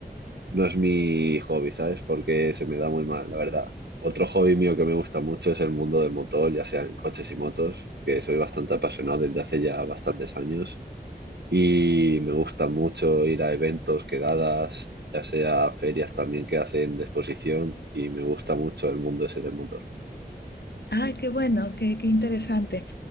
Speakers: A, on the right; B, on the left.
A: no es mi hobby, ¿sabes? Porque se me da muy mal, la verdad. Otro hobby mío que me gusta mucho es el mundo del motor, ya sean coches y motos, que soy bastante apasionado desde hace ya bastantes años. Y me gusta mucho ir a eventos, quedadas, ya sea ferias también que hacen de exposición. Y me gusta mucho el mundo ese del motor.
B: Ay, qué bueno, qué, qué interesante.